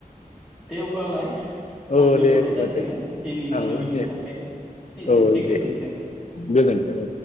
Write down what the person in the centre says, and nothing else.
दे अब्लालाय
आं दोनथ'नाय
जासिगोन
दिनै मोनाबिलिनि
थाखाय एसेनोसै
गोजोन्थों